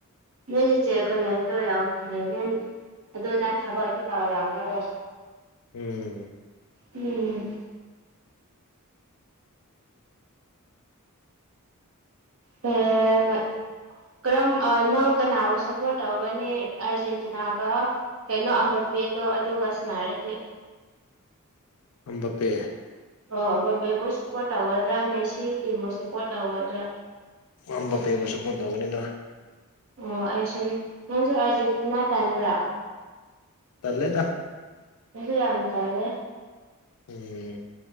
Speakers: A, on the right (about 70°); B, on the left (about 85°).
A: ꯅꯪ ꯏꯆꯦꯈꫭꯏ ꯂꯩꯕꯗꯣ ꯌꯥꯝ ꯐꯩ ꯑꯗꯣ ꯅꯪ ꯊꯕꯛꯇꯤ ꯇꯧꯔꯝꯃꯔꫭꯏ
B: ꯎꯝ
A: ꯎꯝ ꯑꯦ ꯉ ꯀꯔꯝ ꯅꯪ ꯀꯅꯥꯕꯨ ꯁꯞꯄꯣꯔꯠ ꯇꯧꯒꯅꯤ ꯑꯔꯖꯦꯟꯇꯤꯅꯥꯒ ꯀꯩꯅꯣ ꯑꯝꯕꯄꯦꯗꯣ ꯑꯗꯨꯒ ꯁꯥꯟꯅꯔꯗꯤ
B: ꯑꯝꯕꯥꯄꯦ
A: ꯑ ꯑꯝꯕꯥꯄꯦꯕꯨ ꯁꯞꯄꯣꯔꯠ ꯇꯧꯒꯗ꯭ꯔ ꯃꯦꯁꯤ ꯇꯤꯝꯕꯨ ꯁꯞꯄꯣꯔꯠ ꯇꯧꯒꯗ꯭ꯔ
B: ꯑꯝꯕꯥꯄꯦꯕꯨ ꯁꯞꯄꯣꯔꯠ ꯇꯧꯒꯅꯤꯗ
A: ꯑꯣ ꯑꯩꯁꯨꯅꯤ ꯅꯪꯖꯨ ꯑꯔꯖꯦꯟꯇꯤꯅꯥ ꯇꯟꯕ꯭ꯔ
B: ꯇꯜꯂꯦꯗ
A: ꯑꯩꯁꯨ ꯌꯥꯝ ꯇꯜꯂꯦ
B: ꯎꯝ